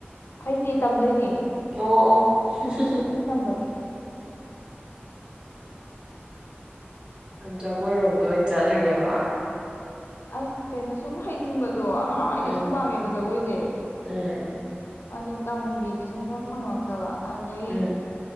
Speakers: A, on the left; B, on the right.
A: ꯍꯩꯇꯦ ꯇꯝꯗꯣꯏꯅꯦ
B: ꯑꯣ ꯑꯣ ꯍꯝ ꯍꯝ ꯍꯝ
A: ꯑꯗꯨ ꯇꯝꯕꯒꯤ
B: ꯅꯪ ꯖꯀꯣꯏꯔꯣꯝꯗ ꯑꯣꯏꯅ ꯆꯠꯂꯒꯦꯕ
A: ꯑꯁ ꯀꯩꯅꯣ ꯁꯨꯝ ꯍꯩꯅꯤꯡꯕ ꯑꯗꯣ ꯑꯉꯥꯡꯋꯥꯉꯩꯗꯤ
B: ꯎꯝ
A: ꯁꯨꯝ ꯄꯥꯝꯃꯦꯕ ꯖꯒꯣꯏꯁꯦ
B: ꯎꯝ
A: ꯑꯗꯣ ꯇꯝꯒꯦꯗꯤ ꯁꯨꯡꯐꯪ ꯐꯪꯉꯛꯇꯕ ꯑꯗꯩ
B: ꯎꯝ